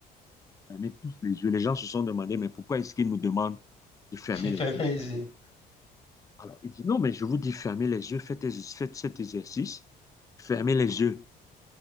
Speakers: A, on the left; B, on the left.
A: fermez tous les yeux. Les gens se sont demandé, mais pourquoi est-ce qu'il nous demande de fermer
B: <laughs> De
A: les
B: fermer
A: yeux?
B: les yeux.
A: Alors, il dit, non, mais je vous dis fermez les yeux, faites, faites cet exercice, fermez les yeux.